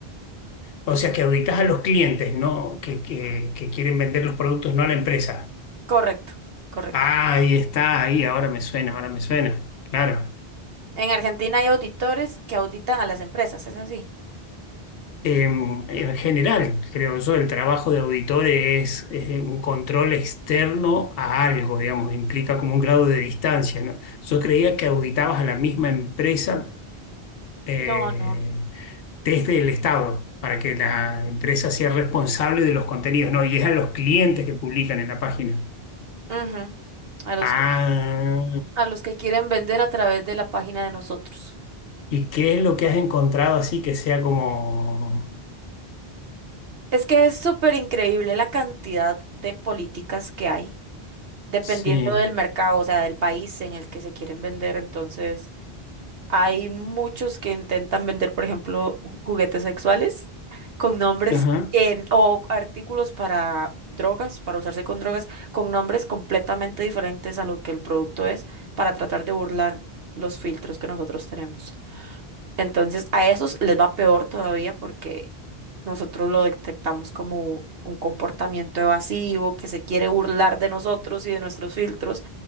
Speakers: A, on the left (about 70°); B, on the right (about 70°).
A: o sea, que auditas a los clientes, ¿no? Que, que, que quieren vender los productos, no a la empresa.
B: Correcto, correcto.
A: Ah, ahí está, ahí, ahora me suena, ahora me suena. Claro.
B: En Argentina hay auditores que auditan a las empresas, ¿es así?
A: Em, en general, creo yo, el trabajo de auditor es, eh, un control externo a algo, digamos, implica como un grado de distancia, ¿no? Yo creía que auditabas a la misma empresa eh,
B: No, no.
A: desde el Estado para que la empresa sea responsable de los contenidos, ¿no? Y es a los clientes que publican en la página.
B: Ujú, A los
A: Ah,
B: que, a los que quieren vender a través de la página de nosotros.
A: ¿y qué es lo que has encontrado así que sea como...
B: Es que es súper increíble la cantidad de políticas que hay, dependiendo
A: Sí,
B: del mercado, o sea, del país en el que se quieren vender. Entonces, Hay muchos que intentan vender, por ejemplo, ju- juguetes sexuales con nombres
A: ajá.
B: en- o artículos para drogas, para usarse con drogas, con nombres completamente diferentes a lo que el producto es, para tratar de burlar los filtros que nosotros tenemos. Entonces, a esos les va peor todavía porque nosotros lo detectamos como un comportamiento evasivo, que se quiere burlar de nosotros y de nuestros filtros